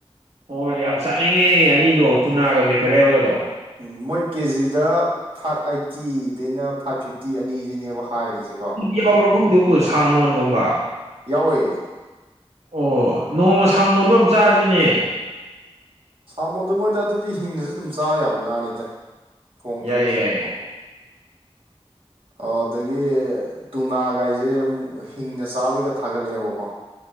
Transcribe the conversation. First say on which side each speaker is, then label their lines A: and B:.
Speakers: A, on the right; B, on the right.
A: ꯑꯣꯣꯏ ꯌꯥꯝ ꯆꯥꯅꯤꯡꯉꯦ ꯑꯅꯤꯗꯣ ꯇꯨꯅꯥꯒ ꯃꯦꯀꯔꯦꯜꯒꯗꯣ
B: ꯎꯝ ꯃꯣꯏ ꯀꯦꯖꯤꯗ ꯐꯥꯏꯚ ꯑꯥꯏꯠꯇꯤꯗꯩꯅ ꯐꯥꯏꯚ ꯐꯤꯞꯇꯤ ꯑꯅꯤꯁꯤꯅꯦꯕ ꯍꯥꯏꯔꯤꯁꯦꯀꯣ
A: ꯌꯥꯎꯔꯣ ꯃꯣꯏꯗꯨꯕꯨ ꯁꯜ ꯃꯣꯟꯒꯨꯝꯕ
B: ꯌꯥꯎꯋꯦ
A: ꯑꯣ ꯅꯣꯡꯃ ꯁꯥꯡ ꯃꯣꯟꯗꯣ ꯑꯃ ꯆꯥꯁꯤꯅꯦ
B: ꯁꯥꯔꯃꯣꯟꯗꯣ ꯃꯣꯏꯗ ꯑꯗꯨꯗꯤ ꯍꯤꯡꯗꯁꯨ ꯑꯗꯨꯝ ꯆꯥꯕ ꯌꯥꯕ ꯉꯥꯅꯤꯗ ꯊꯣꯡꯗ꯭ꯔꯒꯁꯨ
A: ꯌꯥꯏꯌꯦ ꯌꯥꯏꯌꯦ
B: ꯑꯣ ꯑꯗꯒꯤ ꯇꯨꯅꯥꯒꯥꯏꯁꯦ ꯑꯃꯛ ꯍꯤꯡꯅ ꯆꯥꯕꯩꯒ ꯊꯥꯒꯠꯂꯛꯑꯦꯕꯀꯣ